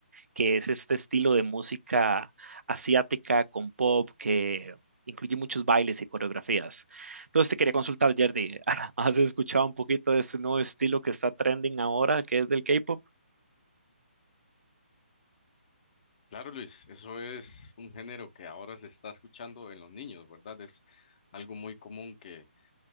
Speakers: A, on the right; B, on the left.
A: que es este estilo de música asiática con pop que incluye muchos bailes y coreografías. Entonces te quería consultar, Jerdy, <laughs> ¿has escuchado un poquito de este nuevo estilo que está trending ahora, que es del K-pop?
B: Claro, Luis, eso es un género que ahora se está escuchando en los niños, ¿verdad? Es algo muy común que